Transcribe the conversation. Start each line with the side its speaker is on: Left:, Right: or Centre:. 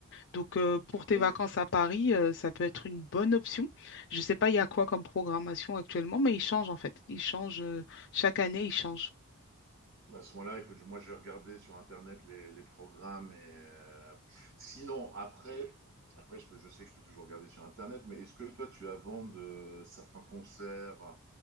Left: Donc euh, pour tes
Right: Et
Left: vacances à Paris, euh, ça peut être une bonne option. Je ne sais pas il y a quoi comme programmation actuellement, mais il change en fait. Il change euh, chaque année, il change.
Right: bah, à ce moment-là, écoute, moi, je vais regarder sur Internet les, les programmes. Et, euh, Sinon, après, après je peux- je sais que je peux toujours regarder sur Internet, mais est-ce que toi, tu as vent de certains concerts